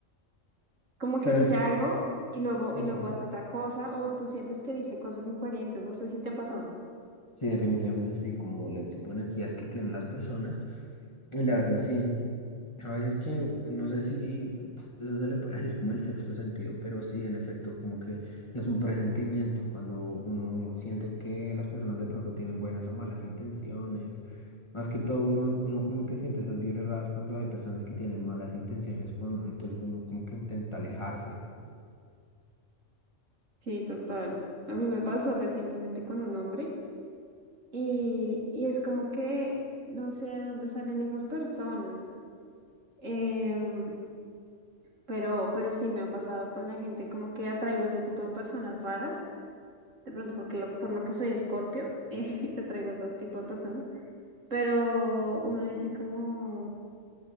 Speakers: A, on the right (about 80°); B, on the left (about 25°).
A: como que
B: Pero
A: dice
B: sí,
A: algo y luego,
B: sí.
A: y luego hace otra cosa o tú sientes que dice cosas incoherentes, no sé si te ha pasado.
B: Sí, definitivamente sí, como el tipo de energías que tienen las personas. Y la verdad sí, a veces que no sé si eso se le puede <laughs> decir como el sexto sentido, pero sí, en efecto, como que es un presentimiento cuando uno siente que las personas de pronto tienen buenas o malas intenciones. Más que todo, uno, uno como que siente esas vibras raras cuando hay personas que tienen malas intenciones con uno, entonces uno como que intenta alejarse.
A: Sí, total. A mí me pasó recientemente con un hombre. Y, y es como que no sé de dónde salen esas personas. Em, pero, pero sí me ha pasado con la gente, como que atraigo a ese tipo de personas raras. De pronto, porque lo- por lo que soy Escorpio, <laughs> eh, atraigo a ese tipo de personas. Pero uno dice como,